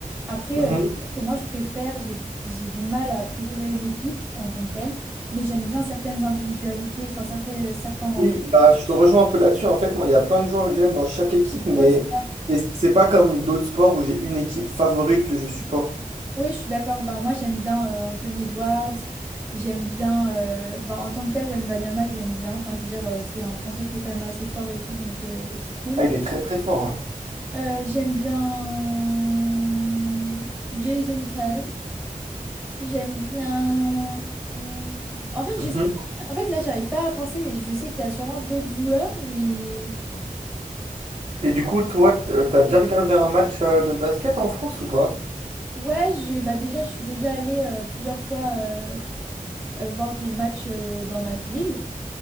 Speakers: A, on the right (about 15°); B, on the right (about 45°).
A: Après,
B: Mhm.
A: euh, c'est sûr que moi, je préfère, j'ai j'ai du mal à préférer une équipe en tant que telle, mais j'aime bien certaines individualités, enfin, certains, certains d'entre
B: Oui, bah,
A: eux.
B: je te rejoins un peu là-dessus. En fait, moi, il y a plein de joueurs que j'aime dans chaque équipe, mais
A: Ouais, c'est ça.
B: et c'est pas comme d'autres sports où j'ai une équipe favorite que je supporte.
A: Oui, je suis d'accord. Bah, moi, j'aime bien euh, Anthony Edwards. J'aime bien, euh, bah, en tant que tel, Wembanyama, je l'aime bien. Enfin, je veux dire, euh, c'est un Français qui est quand même assez fort et tout, donc euh, c'est cool.
B: Ah, il est très très fort, ouais.
A: Euh, j'aime bien Jason Tatum. J'aime bien. Hmm. En fait,
B: Mhm.
A: je sais pas. En fait, là, j'arrive pas à penser, mais je sais qu'il y a sûrement d'autres joueurs, mais
B: Et du coup, toi, t- euh, t'as déjà regardé un match euh, de basket en France ou pas?
A: ouais, j'ai bah déjà, je suis déjà allée euh, plusieurs fois euh, euh, voir des matchs euh, dans ma ville.